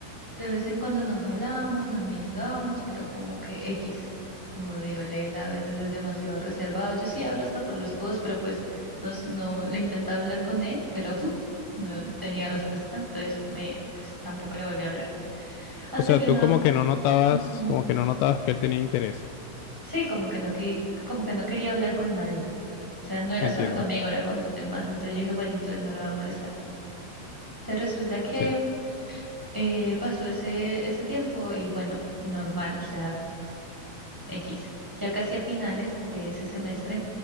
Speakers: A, in the centre; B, on the left.
A: De vez en cuando nos hablábamos, nos mirábamos, pero como que X. Como digo, él a veces es demasiado reservado. Yo sí hablo hasta por los codos, pero pues nos, no le intentaba hablar con él, pero <laughs> no tenía respuesta. Entonces me, pues tampoco le volví a hablar. Hasta
B: O sea,
A: que una,
B: tú como que no notabas,
A: <clears throat>
B: como que no notabas que él tenía interés,
A: sí, como que no, qui- como que no quería hablar con nadie. O sea, no era
B: entiendo.
A: solo conmigo, era con los demás. Entonces yo dije, bueno, entonces no lo voy a molestar. Entonces resulta que
B: Sí,
A: eh, pasó ese, ese tiempo y bueno, normal. O sea. X. Ya casi a finales de ese semestre,